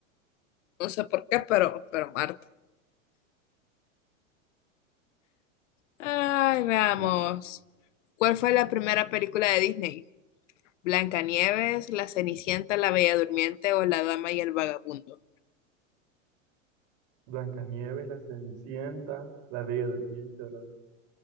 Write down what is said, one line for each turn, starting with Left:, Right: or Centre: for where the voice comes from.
Left: No sé por qué, pero, pero Marte. Ay, veamos.
Right: Vale.
Left: ¿Cuál fue la primera película de Disney? ¿Blancanieves, La Cenicienta, La Bella Durmiente o La Dama y el Vagabundo?
Right: Blancanieves, la Cenicienta, la Bella Durmiente, o la...